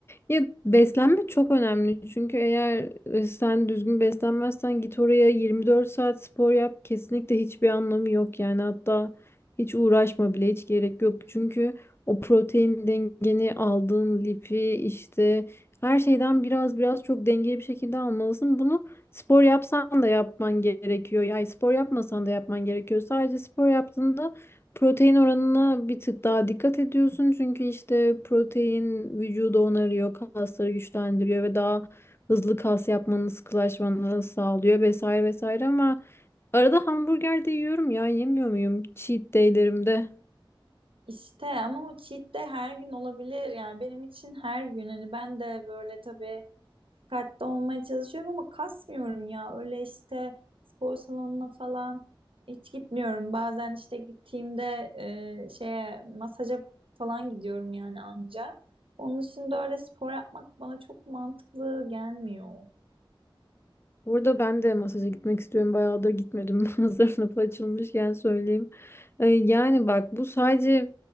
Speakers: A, on the left (about 25°); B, on the right (about 80°).
A: Ya beslenme çok önemli çünkü eğer e, sen düzgün beslenmezsen git oraya 24 saat spor yap kesinlikle hiçbir anlamı yok yani hatta hiç uğraşma bile hiç gerek yok çünkü o protein dengeni aldığın lifi işte her şeyden biraz biraz çok dengeli bir şekilde almalısın bunu spor yapsan da yapman gerekiyor yani spor yapmasan da yapman gerekiyor sadece spor yaptığında Protein oranına bir tık daha dikkat ediyorsun çünkü işte protein vücudu onarıyor, kasları güçlendiriyor ve daha hızlı kas yapmanı, sıkılaşmanı sağlıyor vesaire vesaire ama arada hamburger de yiyorum ya yemiyor muyum cheat day'lerimde?
B: İşte ama o cheat de her gün olabilir yani benim için her gün hani ben de böyle tabii dikkatli olmaya çalışıyorum ama kasmıyorum ya. Öyle işte spor salonuna falan hiç gitmiyorum. Bazen işte gittiğimde e, şeye masaja falan gidiyorum yani anca. Onun için de öyle spor yapmak bana çok mantıklı gelmiyor.
A: Burada ben de masaja gitmek istiyorum. Bayağıdır gitmedim. <laughs> Hazır lafı açılmışken söyleyeyim. Ee, yani bak bu sadece